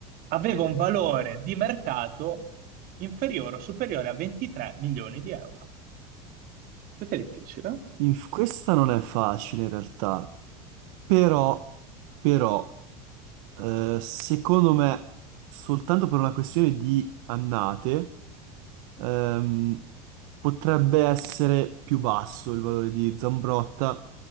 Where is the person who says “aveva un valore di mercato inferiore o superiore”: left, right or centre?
Right